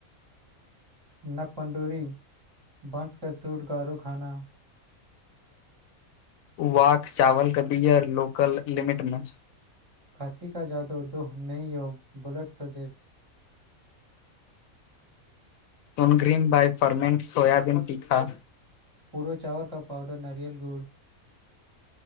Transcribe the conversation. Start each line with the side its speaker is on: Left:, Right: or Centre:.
Right: नक पंडूरी बंश क सूट गारो खाना
Left: वाक चावल क बियर लोकल लिमिट मे
Right: खाँसी का जाादू दोह नहि य बलट सजेश
Left: तन ग्रीम बइ फर्मेंट सोयाबीन तीखा
Right: पूड़ चावर का पावउडर नारियल गुड़